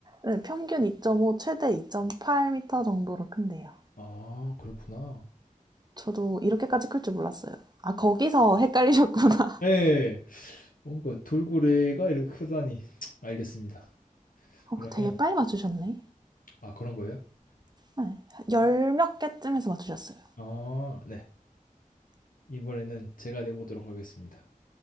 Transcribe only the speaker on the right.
네, 평균 2.5, 최대 2.8m 정도로 큰데요.
저도 이렇게까지 클 줄 몰랐어요. 아, 거기서 헷갈리셨구나.
<laughs>
어,
되게 빨리 맞추셨네.
네, 열 몇 개쯤에서 맞추셨어요.